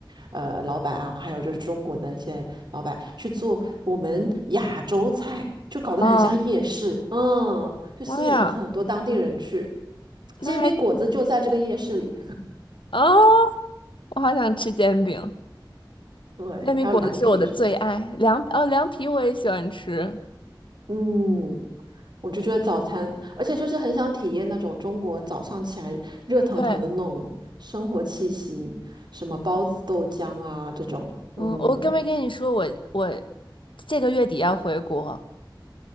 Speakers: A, on the right (about 65°); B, on the left (about 85°).
A: 呃，老板啊，还有就是中国的一些老板去做我们亚洲菜，就搞得很像夜市，
B: 哦，
A: 嗯，就吸引了很多当地人去，
B: 妈呀，那还
A: 煎饼果子就在这个夜市里，
B: 啊，我好想吃煎饼。
A: 对，
B: 煎饼果子是我的最爱，
A: 还有凉皮什么的，
B: 凉哦凉皮我也喜欢吃。
A: 嗯。我就觉得早餐，而且就是很想体验那种中国早上起来热腾腾的那种生活气息，
B: 对，
A: 什么包子、豆浆啊这种。嗯，
B: 嗯，我跟没跟你说我我这个月底要回国，